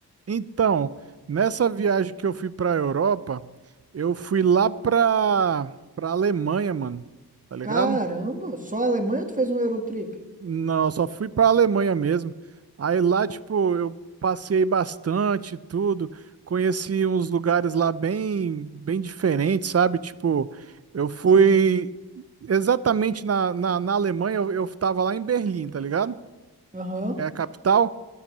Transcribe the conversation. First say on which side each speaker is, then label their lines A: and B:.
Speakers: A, on the right; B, on the right.
A: Então, nessa viagem que eu fui pra Europa, eu fui lá pra, pra Alemanha, mano. Tá ligado?
B: Caramba, só a Alemanha ou tu fez um Eurotrip?
A: Não, eu só fui pra Alemanha mesmo. Aí lá, tipo, eu passei bastante, tudo. Conheci uns lugares lá bem, bem diferentes, sabe? Tipo, eu fui
B: Sim.
A: exatamente na, na, na Alemanha, eu, eu tava lá em Berlim, tá ligado?
B: Aham.
A: É a capital.